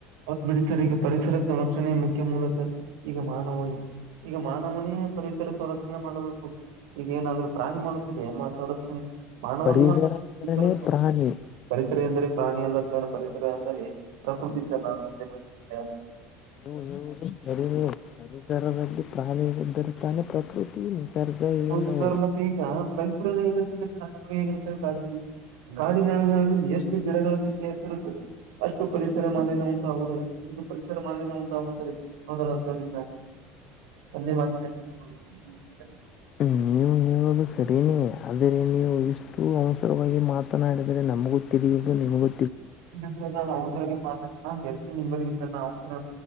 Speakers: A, on the right; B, on the left.
A: ಅವ ಬಿಡಿಸರ್ ಈಗ ಪರಿಸರ ಸಂರಕ್ಷಣೆಯ ಮುಖ್ಯ ಮೂಲ ಈಗ ಮಾನವ ಈಗ ಮಾನವನೇ ಪರಿಸರ ಸಂರಕ್ಷಣೆ ಮಾಡಬೇಕು ಈಗ ಏನಾದ್ರು ಪ್ರಾಣಿ ಮಾಡುತ್ತಿದೆ ಏ ಸಂರಕ್ಷಣೆ ಮಾನವನು
B: ಪರಿಸರ ಎಂದರೇನೆ
A: ಪರಿಸರ
B: ಪ್ರಾಣಿ.
A: ಪರಿಸರ ಎಂದರೆ ಪ್ರಾಣಿ ಅಲ್ಲ ಸರ್ ರ ಪರಿಸರ ಅಂದರೆ ಪ್ರಕೃತಿ ಸರ್ ನಾನು ಒಂದೇ ಮ ಯ
B: ನೀವು <unintelligible> ಪರಿಸರದಲ್ಲಿ ಪ್ರಾಣಿಗೆ ಬರುತ್ತಾನೆ ಪ್ರಕೃತಿ ನಿಸರ್ಗ ಇವೆಲ್ಲವೂ.
A: ಹೌದು ಸರ್ ಮತ್ತೆ ಈಗ ಮೈಪೂರಲ್ಲ ಎ. ಿಯಗತ್ತವೆ ಕಾಡಿನ ಕಾಡಿನಳಗಳಲ್ಲಿ ಎಷ್ಟು ಗಿಡಗಳ ಸಂಖ್ಯೆ ಎತ್ತಿರುತ್ತದೆ. ಅಷ್ಟು ಪರಿಸರ ಮಾಲಿನ್ಯ ಉಂಟಾಗುದಲ್ಲ ಇದು ಪರಿಸರ ಮಾಲಿನ್ಯ ಉಂಟಾಗುತ್ತದೆ ಹದಲ್ಲ ಸರಿ.
B: <unintelligible>
A: ಒಂದೆ ಮಾಿನ ಹ್ಮರಿ್ಮ. <unintelligible>
B: ಹ್ಮ್, ನೀವು ಸರಿನೇ ಆದರೆ ನೀವು ಇಷ್ಟು ಅವಸರವಾಗಿ ಮಾತನಾಡಿದರೆ ನಮಗೂ ತಿಳಿಯುವುದು ನಿಮಗೊ
A: ಈಗ ಸರ್ ನಾನು ಅವಸರ ಮಾತಡ್ ನ ಎಷ್ಟು ನಿವರೆಗ ಸರ್ ನರ